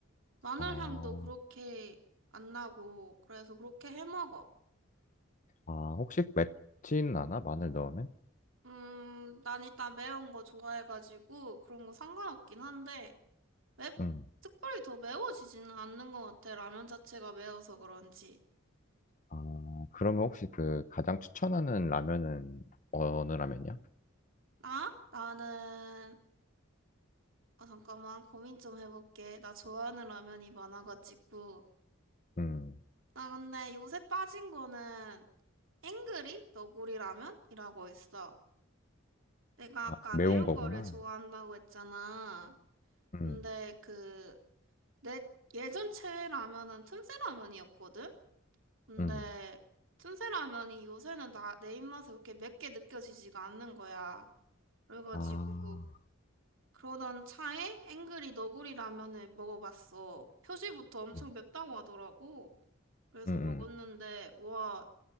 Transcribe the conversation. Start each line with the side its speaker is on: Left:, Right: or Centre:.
Right: 마늘
Left: 어.
Right: 향도 그렇게 안 나고, 그래서 그렇게 해 먹어.
Left: 아, 혹시 맵진 않아? 마늘 넣으면?
Right: 음, 난 일단 매운 거 좋아해가지고 그런 거 상관없긴 한데, 맵,
Left: 음.
Right: 특별히 더 매워지지는 않는 것 같아. 라면 자체가 매워서 그런지.
Left: 아, 그러면 혹시 그 가장 추천하는 라면은 어느 라면이야?
Right: 나? 나는, 아, 잠깐만, 고민 좀 해볼게. 나 좋아하는 라면이 많아가지고.
Left: 음,
Right: 나 근데 요새 빠진 거는 앵그리 너구리 라면이라고 있어. 내가
Left: 아,
Right: 아까
Left: 매운
Right: 매운
Left: 거구나.
Right: 거를 좋아한다고 했잖아.
Left: 음,
Right: 근데 그, 내 예전 최애라면은 틈새라면이었거든? 근데
Left: 음,
Right: 틈새라면이 요새는 나, 내 입맛에 그렇게 맵게 느껴지지가 않는 거야. 그래가지고,
Left: 아,
Right: 그러던 차에 앵그리 너구리 라면을 먹어봤어. 표지부터 엄청
Left: 음,
Right: 맵다고 하더라고. 그래서
Left: 음,
Right: 먹었는데,
Left: 음.
Right: 와,